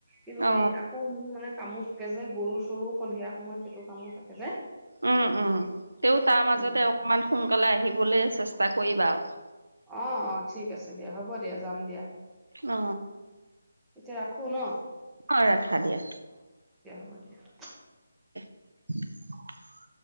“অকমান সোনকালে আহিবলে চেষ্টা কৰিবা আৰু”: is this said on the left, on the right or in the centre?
Right